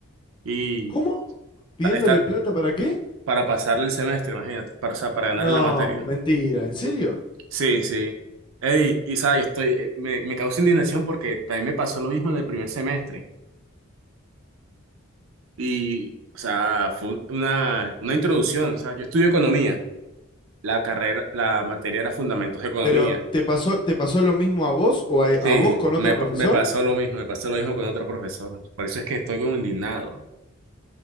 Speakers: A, on the right (about 65°); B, on the left (about 20°).
A: y
B: ¿Cómo? ¿Pidiéndole
A: ta- está
B: plata para qué?
A: para pasarle el semestre, imagínate, para, o sea, para ganarle
B: No,
A: la materia.
B: mentira, ¿en serio?
A: Sí, sí. Ey, y sabes, yo estoy, eh, me, me causa indignación porque también me pasó lo mismo en el primer semestre. Y, o sea, fue una, una introducción. O sea, yo estudio economía. La carrera, la materia era fundamentos de economía.
B: Pero ¿te pasó, te pasó lo mismo a vos o a, a
A: Sí,
B: vos con otro
A: me,
B: profesor?
A: pa- me pasó lo mismo, me pasó lo mismo con otro profesor. Por eso es que estoy como indignado